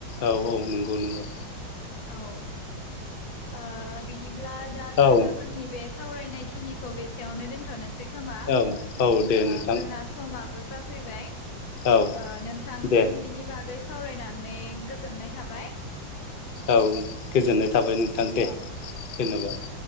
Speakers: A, on the left; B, on the left.
A: औ औ नंगौ नंगौ।
B: औ ओ बिदि ब्ला दा जोङो
A: औ
B: जोंनि बेस सावरायनायखिनिखौ बेसेयावनो दोन्थ'नोसै। खोमा
A: औ औ दे
B: ओ
A: नोंथां
B: जोंना समाबो ज जाफैबाय
A: औ
B: ओ नोंथांजों
A: दे
B: बिनि बागैस सावरायनानै गोजोननाय थाबाय।
A: औ गोजोननाय
B: औ
A: थाबाय नों थां दे
B: औ।
A: धयन्बाद